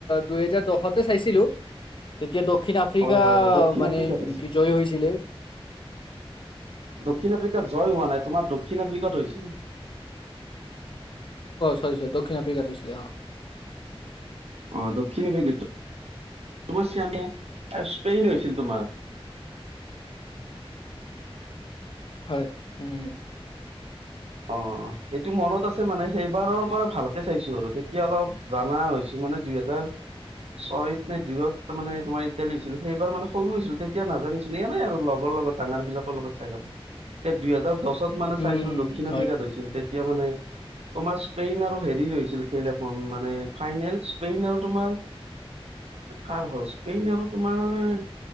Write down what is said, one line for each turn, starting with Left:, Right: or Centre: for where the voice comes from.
Left: দুহেজাৰ দহতে চাইছিলো। তেতিয়া দক্ষিণ আফ্ৰিকা
Right: হয় হয় হয় দক্ষিণ
Left: মানে
Right: আফ্ৰিকাত হৈছিল
Left: কি জয় হৈছিলে।
Right: দক্ষিণ আফ্ৰিকা জয় হোৱা নাই, তোমাৰ দক্ষিণ আফ্ৰিকাত হৈছিল।
Left: চৰি চৰি দক্ষিণ আফ্ৰিকাত হৈছিলে অ'।
Right: অ', দক্ষিণ আফ্ৰিকাত তোমাৰ চিয়ামে তাৰ স্পেইন হৈছিল তোমাৰ।
Left: হয়, উম, উম,
Right: অ', সেইটো মনত আছে মানে সেইবাৰৰ পৰা ভালকে চাইছো আৰু তেতিয়া অলপ জানা হৈছো। মানে দুইহেজাৰ ছয়ত নে, দুইয়ত মানে তোমাৰ ইটালী হৈছিলে। সেইবাৰ মানে সৰু হৈছিলো তেতিয়া নাজানিছিলো এনেই আৰু লগৰ লগত ডাঙৰ বিলাকৰ লগত চাই থাকো। দুইহেজাৰ দহত মানে
Left: উম
Right: চাইছিলো দক্ষিণ
Left: হয়
Right: আফ্ৰিকাত হৈছিল। এতিয়া মানে তোমাৰ স্পেইন আৰু হেৰিৰ হৈছিল খেল এখন মানে, ফাইনেল স্পেইন আৰু তোমাৰ কাৰ হল স্পেইন আৰু তোমাৰ